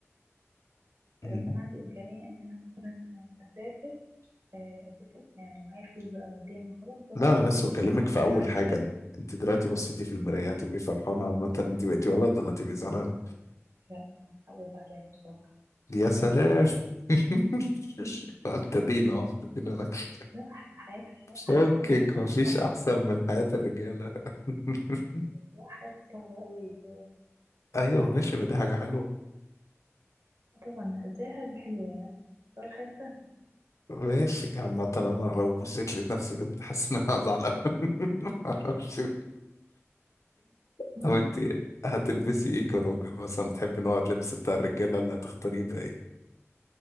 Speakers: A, on the left (about 80°); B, on the right (about 80°).
A: مهم.
B: لو كان عندي إمكانية إن أنا مثلا أسافر آه، أسافر يعني لو معايا فلوس بقى ماديا وخلاص بقى
A: لا انا لسه
B: هيبقى
A: بكلمك
B: إيه
A: في اول
B: معايا الحرية
A: حاجه انت دلوقتي بصيتي في المرايه
B: م.
A: تبقي فرحانه عامه انت بقيتي ولد ولا تبقي زعلانه
B: لا هحافظ عليها بصراحة
A: يا سلام <laughs> ابتدينا أهو، ابتدينا نكشف
B: لا ح- حياة حياة حياة
A: فكك
B: الولاد ص-
A: مفيش
B: صعبة
A: احسن من حياه الرجاله <laughs>
B: لا حياة صعبة قوي اللي هو
A: ايوه ماشي ما دي حاجه حلوه
B: طبعا زي حاجة حلوة يعني أنا بختار الحياة سهلة
A: ماشي عامة انا لو بصيت لقيت نفسي بنت حاسس ان انا هزعل <laughs> معرفش
B: برضه
A: طب انت هتلبسي ايه كراجل مثلا بتحبي نوع اللبس بتاع الرجاله اللي هتختاريه بقى ايه